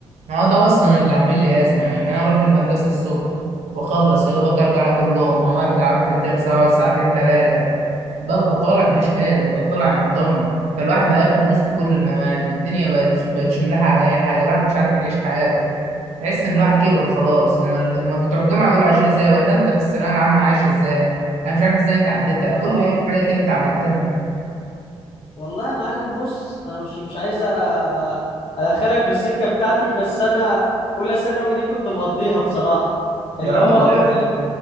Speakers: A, on the right; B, on the left.
A: ما هو ده اصلا اللي عامل لي ازمه ان انا اروح المدرسه الصبح واخلص يا دوبك ارجع اكل لقمه وارجع اروح الدرس اقعد ساعتين ثلاثه ببقى طالع مش قادر ببقى طالع متدمر فالواحد بقى ياخد دروس في كل المواد والدنيا بقت بقتش ملاحقه على اي حاجه الواحد مش عارف يعيش حياته تحس ان الواحد كبر خلاص امال امال بتوع الجامعه دول عايشين ازاي ولا انت في الثانويه العامه عايش ازاي انا مش عارف ازاي انت عديتها
B: اه
A: قول لي اي حاجه كده انت عملتها
B: والله يا معلم بص انا مش مش عايز أ- ادخلك في السكه بتاعتي بس انا اولى ثانوي دي كنت مقضيها بصراحه
A: يا
B: اللي
A: راجل
B: هو اول
A: لا